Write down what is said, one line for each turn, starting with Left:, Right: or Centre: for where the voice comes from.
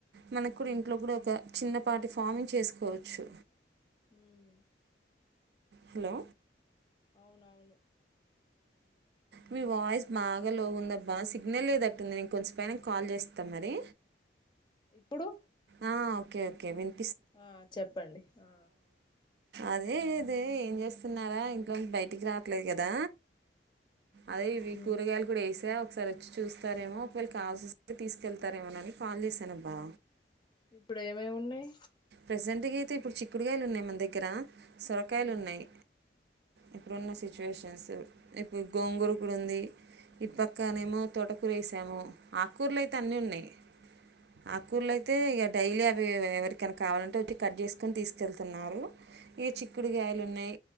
Right: మనకు కూడా ఇంట్లో కూడా ఒక చిన్నపాటి ఫామింగ్ చేసుకోవచ్చు
Left: హుమ్
Right: హలో
Left: అవునవును
Right: మీ వాయిస్ బాగా లో ఉందబ్బా సిగ్నల్ లేదట్టుంది నేను కొంచ్చేపైనక కాల్ చేస్తా మరి
Left: ఇప్పుడు
Right: ఆ ఓకే ఓకే విన్
Left: ఆ చెప్పండి ఆ
Right: అదే ఇది ఏం చేస్తున్నారా ఇంట్లోంచి బయటికి రావట్లేదు కదా
Left: హ్మ్
Right: అదే ఇవి కూరగాయలు కూడా వేసా ఒకసారి వచ్చి చూస్తారేమో ఒకవేళకి కావాల్సి వస్తే తీసుకెళ్తారేమోనని కాల్ చేశాను అబ్బా
Left: ఇప్పుడు ఏమేమున్నాయ్
Right: ప్రజెంట్గా అయితే ఇప్పుడు చిక్కుడుకాయలు ఉన్నాయి మన దగ్గర సొరకాయలు
Left: ఉమ్,
Right: ఉన్నాయి ఇప్పుడున్న సిచ్యువేషన్స్ ఇప్పుడు గోంగురకుడ ఉంది ఇటు పక్కనేమో తోటకూర వేసాము ఆకూర్లు అయితే అన్నీ ఉన్నాయి ఆకూర్ల అయితే ఇగ డైలీ అవి ఎవరిక్ క్కన కావాలంటే వచ్చి కట్ చేసుకొని తీసుకెళ్తున్నారు ఇగ చిక్కుడు గాయలు ఉన్నాయి